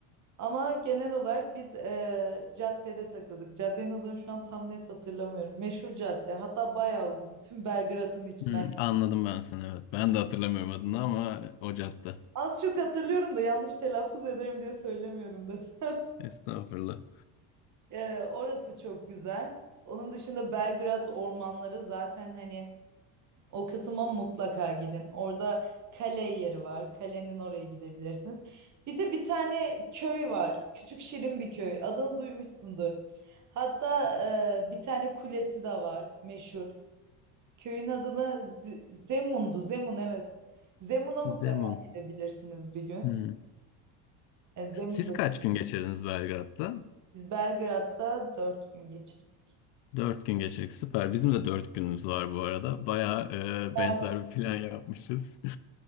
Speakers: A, on the right; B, on the left.
A: Ama genel olarak biz e, caddede takıldık. Caddenin adını şu an tam net hatırlamıyorum. Meşhur cadde. Hatta bayağı uzun. Tüm Belgrad'ın içinden
B: Hı, anladım ben seni evet. Ben de hatırlamıyorum adını ama o cadde.
A: Az çok hatırlıyorum da yanlış telaffuz ederim diye söylemiyorum desem. <laughs>
B: Estağfurullah.
A: Ee, orası çok güzel. Onun dışında Belgrad ormanları zaten hani o kısma mutlaka gidin. Orada kale yeri var. Kalenin oraya gidebilirsiniz. Bir de bir tane köy var. Küçük şirin bir köy. Adını duymuşsundur. Hatta e, bir tane kulesi de var meşhur. Köyün adını Z- Zemun'du. Zemun evet. Zemun'a mutlaka
B: Zemun.
A: gidebilirsiniz bir gün.
B: Hmm.
A: E, Zemun
B: Siz kaç gün geçirdiniz Belgrad'da?
A: Biz Belgrad'da dört gün geçirdik.
B: Dört gün geçirdik. Süper. Bizim de dört günümüz var bu arada. Bayağı e,
A: Güzel.
B: benzer bir plan yapmışız. <laughs>